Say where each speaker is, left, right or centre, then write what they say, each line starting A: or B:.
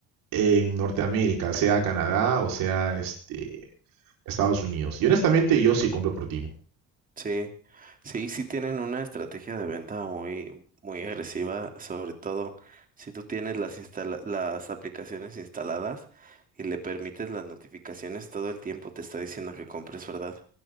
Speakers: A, on the right; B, on the right.
A: en Norteamérica, sea Canadá o sea este, Estados Unidos. Y honestamente yo sí compro por Timo.
B: Sí, sí, sí tienen una estrategia de venta muy, muy agresiva, sobre todo si tú tienes las instala- las aplicaciones instaladas y le permites las notificaciones todo el tiempo te está diciendo que compres, ¿verdad?